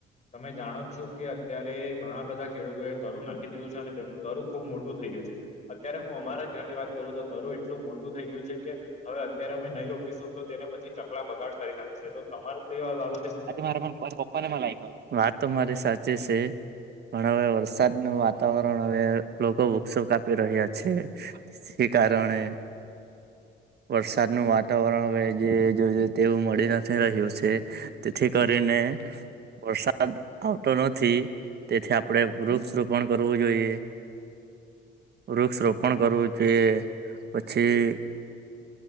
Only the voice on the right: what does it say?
આજે મારે પપ્પાને મા લાયખો વાત તમારી સાચી છે. પણ હવે વરસાદનુ વાતાવરણ હવે લોકો વૃક્ષો કાપી રહ્યા છે. કારણે વરસાદનું વાતાવરણ હવે જે તેવું મળી નથી રહ્યું છે. તેથી કરીને વરસાદ આવતો નથી. તેથી આપણેે વૃક્ષ રોપણ કરવું જોઈએ વૃક્ષ રોપણ કરવું જોઈએ પછી